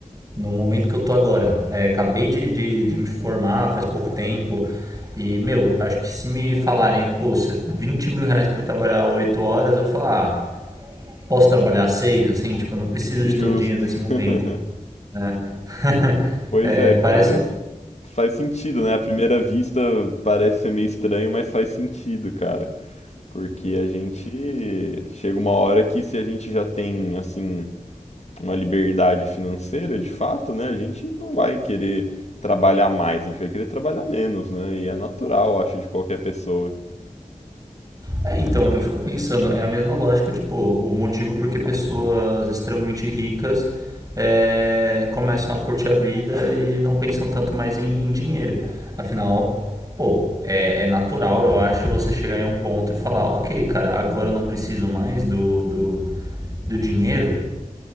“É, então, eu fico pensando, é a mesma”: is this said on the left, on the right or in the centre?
Right